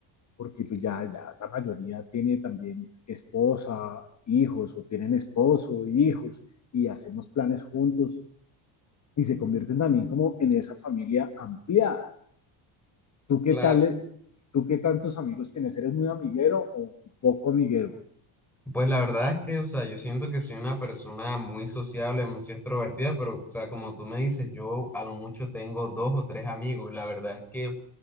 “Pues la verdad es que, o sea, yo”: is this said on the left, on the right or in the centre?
Centre